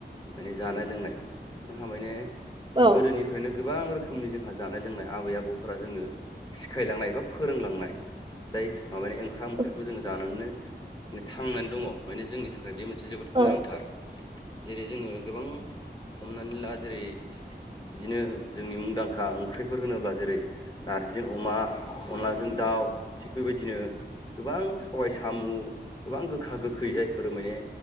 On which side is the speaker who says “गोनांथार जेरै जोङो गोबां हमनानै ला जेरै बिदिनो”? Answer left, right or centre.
Left